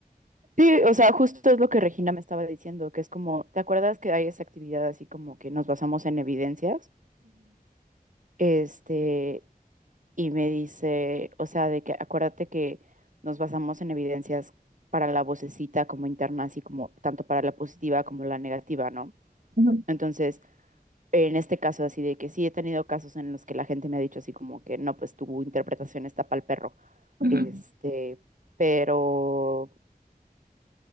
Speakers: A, on the right; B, on the right.
A: Sí, o sea, justo es lo que Regina me estaba diciendo, que es como, ¿te acuerdas que hay esa actividad así como que nos basamos en evidencias? Este, y me dice, o sea, de que acuérdate que nos basamos en evidencias para la vocecita como interna, así como tanto para la positiva como la negativa, ¿no?
B: ujú,
A: Entonces, en este caso así de que sí he tenido casos en los que la gente me ha dicho así como que no, pues tu interpretación está pal perro,
B: ujú.
A: este,
B: Ujú.
A: pero